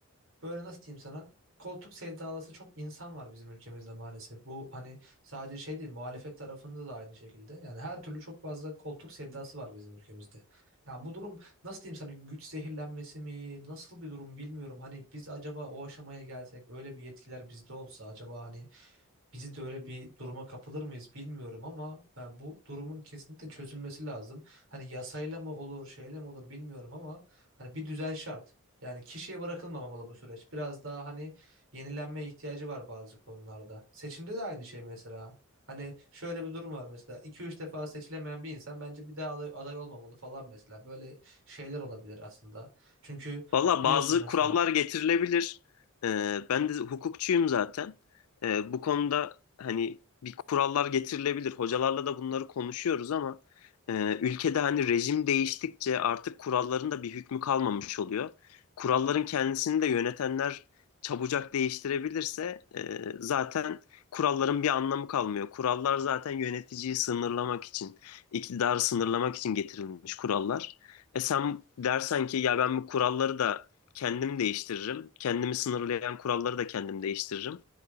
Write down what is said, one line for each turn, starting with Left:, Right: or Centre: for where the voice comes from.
Right: böyle nasıl diyeyim sana? Koltuk sevdalısı çok insan var bizim ülkemizde maalesef. Bu hani sadece şey değil, muhalefet tarafında da aynı şekilde. Yani her türlü çok fazla koltuk sevdası var bizim ülkemizde. Ya bu durum nasıl diyeyim sana güç zehirlenmesi mi, nasıl bir durum bilmiyorum. Hani biz acaba o aşamaya gelsek, öyle bir yetkiler bizde olsa acaba hani Bizi de öyle bir duruma kapılır mıyız bilmiyorum ama e, bu durumun kesinlikle çözülmesi lazım. Hani yasayla mı olur, şeyle mi olur bilmiyorum ama hani bir düzen şart. Yani kişiye bırakılmamalı bu süreç. Biraz daha hani yenilenme ihtiyacı var bazı konularda. Seçimde de aynı şey mesela. Hani şöyle bir durum var mesela iki üç defa seçilemeyen bir insan bence bir daha aday, aday olmamalı falan mesela. Böyle şeyler olabilir aslında. Çünkü
Left: Valla
Right: biliyorsun
Left: bazı
Right: mesela
Left: kurallar getirilebilir. Ee, ben de hukukçuyum zaten. Ee, bu konuda hani bir kurallar getirilebilir. Hocalarla da bunları konuşuyoruz ama e, ülkede hani rejim değiştikçe artık kuralların da bir hükmü kalmamış oluyor. Kuralların kendisini de yönetenler çabucak değiştirebilirse e, zaten kuralların bir anlamı kalmıyor. Kurallar zaten yöneticiyi sınırlamak için, iktidarı sınırlamak için getirilmiş kurallar. E sen dersen ki ya ben bu kuralları da kendim değiştiririm. Kendimi sınırlayan kuralları da kendim değiştiririm.